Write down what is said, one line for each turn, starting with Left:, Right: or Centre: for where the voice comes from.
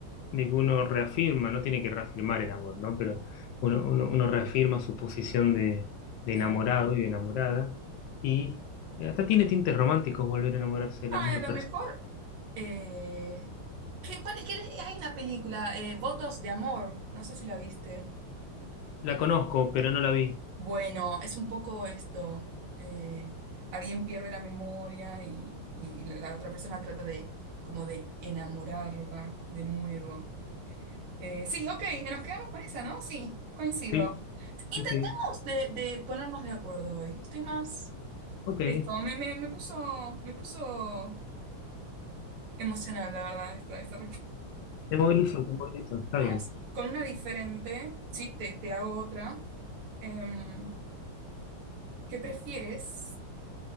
Left: de que uno reafirma, no tiene que reafirmar el amor, ¿no? Pero uno, uno- uno reafirma su posición de, de
Right: No,
Left: enamorado
Right: de verdad.
Left: y de enamorada. Y hasta tiene tintes románticos volver a enamorarse de
Right: Ay,
Left: la misma
Right: a lo
Left: persona.
Right: mejor. Eh, ¿qué, cuál- qué- hay una película, eh, Votos de Amor, no sé si la viste.
Left: La conozco, pero no la vi.
Right: Bueno, es un poco esto, eh, alguien pierde la memoria y, y la, la otra persona trata de como de enamorarla de nuevo. Eh, sí, ok, eh, nos quedamos con esa, ¿no? Sí, coincido.
Left: Sí,
Right: Intentemos
Left: sí, sí.
Right: de, de ponernos de acuerdo hoy. Estoy más...
Left: Ok.
Right: Esto, me, me- me puso, me puso emocional, la verdad, esta, esta
Left: Te movilizó, te movilizó. Está
Right: Vamos
Left: bien.
Right: con una diferente, sí, te, te hago otra. Em, ¿qué prefieres?